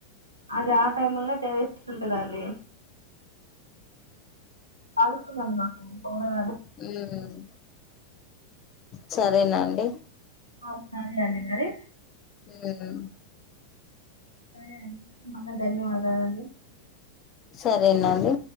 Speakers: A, on the right; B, on the left.
A: అది ఆ టైమ్ లోనె టేస్టు ఉంటదండి చాల ఇష్టమండి నాకు పొంగలం
B: ఉమ్ చరేనండి
A: ఆ <unintelligible> మరి
B: ఆ
A: సరే అండి మన్న ధన్యవాదాలు అండి
B: సరేనండి